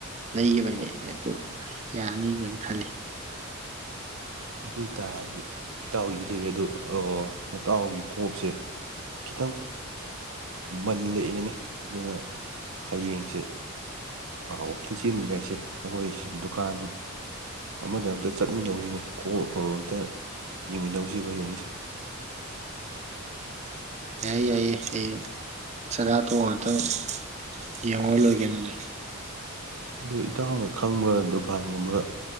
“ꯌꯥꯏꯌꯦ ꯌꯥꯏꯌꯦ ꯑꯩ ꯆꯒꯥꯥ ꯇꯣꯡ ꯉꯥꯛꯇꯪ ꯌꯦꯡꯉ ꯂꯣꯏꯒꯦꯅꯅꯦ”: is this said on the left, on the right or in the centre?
Right